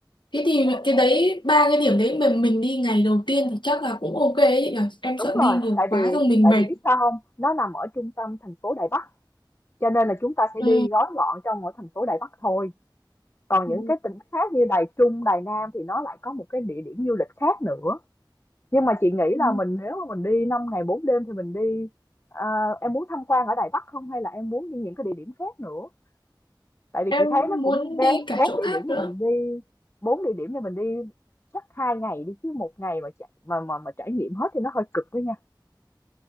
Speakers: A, on the left; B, on the left.
A: Thế thì cái đấy, ba cái điểm đấy mà mình đi ngày đầu tiên thì chắc là cũng ok ấy chị nhỉ? Em
B: đúng
A: sợ
B: rồi.
A: đi nhiều
B: Tại
A: quá
B: vì,
A: xong mình
B: tại
A: mệt.
B: vì biết sao không? Nó nằm ở trung tâm thành phố Đài Bắc. Cho nên là chúng ta sẽ
A: Ừ,
B: đi gói gọn trong ở thành phố Đài Bắc thôi. Còn
A: ừ,
B: những cái tỉnh khác như Đài Trung, Đài Nam thì nó lại có một cái địa điểm du lịch khác nữa. nhưng mà chị nghĩ
A: ừ.
B: là mình nếu mà mình đi 5 ngày 4 đêm thì mình đi ờ, em muốn tham quan ở Đài Bắc không hay là em muốn đi những cái địa điểm khác nữa tại vì
A: Em
B: chị thấy nó
A: muốn
B: cũng bốn
A: đi cả
B: bốn
A: chỗ
B: địa
A: khác
B: điểm thì
A: nữa.
B: mình đi bốn địa điểm thì mình đi chắc hai ngày đi chứ một ngày mà chạy mà mà mà trải nghiệm hết thì nó hơi cực đó nha